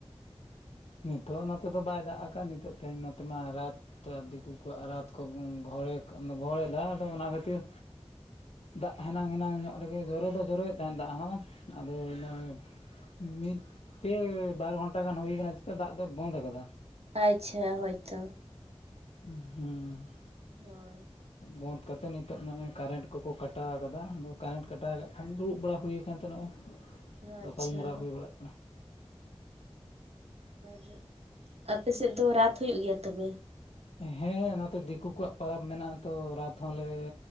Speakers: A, on the left; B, on the right.
A: ᱱᱤᱛᱚᱜ ᱱᱚᱛᱮ ᱫᱚ ᱵᱟᱭ ᱫᱟᱜ ᱟᱠᱟᱜ-ᱥ᱾ ᱱᱤᱛᱚᱜ ᱛᱮᱦᱮᱧ ᱱᱚᱛᱮ ᱢᱟ ᱨᱟᱛ ᱛᱚ ᱟᱨ ᱫᱤᱠᱩ ᱠᱚᱣᱟᱜ ᱨᱟᱛ ᱠᱚ ᱜᱚᱝ ᱜᱷᱚᱲᱮ ᱠᱚ ᱜᱚᱲᱮ ᱫᱟᱜ ᱫᱚ ᱚᱱᱟ ᱠᱷᱟᱹᱛᱤᱨ ᱫᱟᱜ ᱦᱮᱱᱟᱝ ᱦᱮᱱᱟᱝ ᱧᱚᱜ ᱨᱮᱜᱮ ᱡᱚᱨᱚ ᱫᱚ ᱡᱚᱨᱚᱭᱮᱜ ᱛᱟᱦᱮᱸᱫ ᱫᱟᱜ ᱦᱚᱸ ᱟᱫᱚ ᱱᱚᱜ-ᱚᱭ ᱢᱤᱫ ᱯᱮ ᱵᱟᱨ ᱜᱷᱚᱱᱴᱟ ᱜᱟᱱ ᱦᱩᱭ ᱠᱟᱱᱟ ᱪᱮᱛᱟ ᱫᱟᱜ ᱫᱚᱭ ᱵᱚᱱᱫᱽ ᱟᱠᱟᱫᱟ᱾
B: ᱟᱪᱪᱷᱟ ᱦᱳᱭᱛᱚ᱾
A: ᱦᱩᱸ ᱦᱩᱸ᱾
B: ᱦᱳᱭ᱾
A: ᱵᱚᱱᱫᱽ ᱠᱟᱛᱮᱜ ᱱᱤᱛᱚᱜ ᱱᱚᱜ-ᱚᱭ ᱠᱟᱨᱮᱱᱴ ᱠᱚᱠᱚ ᱠᱟᱴᱟᱣ ᱟᱠᱟᱫᱟ᱾ ᱟᱫᱚ ᱠᱟᱨᱮᱱᱴ ᱠᱟᱴᱟᱣ ᱠᱟᱜ ᱠᱷᱟᱱ ᱫᱩᱲᱩᱵ ᱵᱟᱲᱟ ᱦᱩᱭ ᱠᱟᱱ ᱛᱮ ᱱᱚᱜ-ᱚᱭ
B: <inaudible>
A: ᱜᱟᱯᱟᱞᱢᱟᱨᱟᱣ
B: ᱟᱪᱪᱷᱟ
A: ᱦᱩᱭ ᱵᱟᱲᱟᱜ ᱠᱟᱱᱟ᱾
B: ᱴ ᱟᱯᱮ ᱥᱮᱜ ᱫᱚ ᱨᱟᱛ ᱦᱩᱭᱩᱜ ᱜᱮᱭᱟ ᱛᱚᱵᱮ?
A: ᱦᱮᱸ ᱱᱚᱛᱮ ᱫᱤᱠᱩ ᱠᱚᱣᱟᱜ ᱯᱚᱨᱚᱵᱽ ᱢᱮᱱᱟᱜᱼᱟ ᱛᱚ ᱨᱟᱛ ᱦᱚᱸᱞᱮ